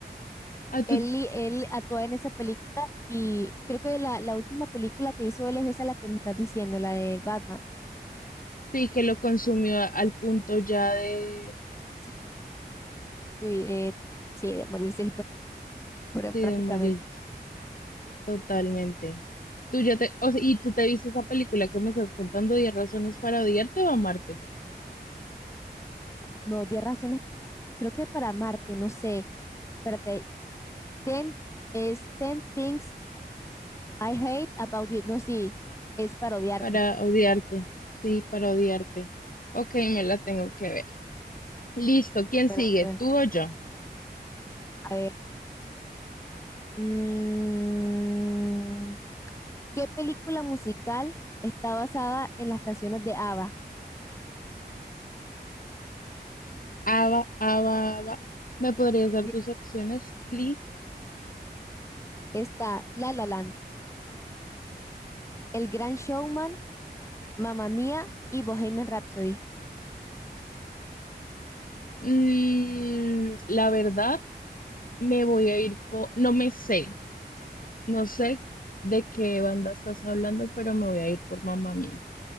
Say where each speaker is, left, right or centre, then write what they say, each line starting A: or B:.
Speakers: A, on the left; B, on the left.
A: A tu,
B: Él, y- él actúa en esa película y creo que la, la última película que hizo él es esa la que me estás diciendo, la de Batman.
A: sí, que lo consumió a- al punto ya de,
B: Sí, Sí, eh, sí, de morirse Pero
A: sí,
B: prácticamente.
A: de morir totalmente. Tú ya te, o sea, y tú te viste esa película que me estás contando, 10 razones para odiarte o amarte.
B: No, 10 razones, creo que para amarte, no sé. Espérate, 10 es ten things I hate about you. No, sí, es para odiarte.
A: Para odiarte. Sí, para odiarte. Ok, me la tengo que ver. Listo, ¿quién
B: Bueno,
A: sigue?
B: muy bueno.
A: ¿Tú o yo?
B: A ver. mm, ¿qué película musical está basada en las canciones de ABBA?
A: Ava, Ava, Ava. ¿Me podrías dar
B: Bien.
A: tus opciones, please?
B: Está La La Land, El Gran Showman, Mamma Mía y Bohemian Rhapsody.
A: Mm, la verdad, me voy a ir por... No me sé. No sé de qué banda estás hablando, pero me voy a ir por Mamma Mía.